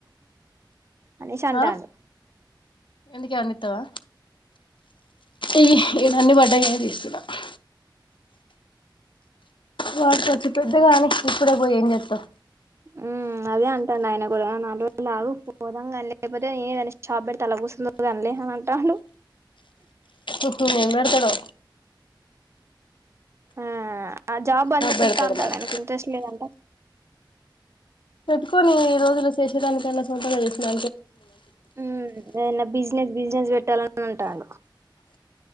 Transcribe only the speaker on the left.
ఆ ఎందుకే అనితవా ఈవి ఇవన్నీ పడ్డాయనే తీస్తు ఇలా <inaudible> వాడికంచచ్చం పెద్దగాని ఇప్పుడే పోయి ఏం చెస్తాం
ఓహో ఏం పెడతాడో
పెడతాడు
మరి
పెట్టుకొని ఈ రోజులు చేసేదానికి అలా సొంతగా చేసినా‍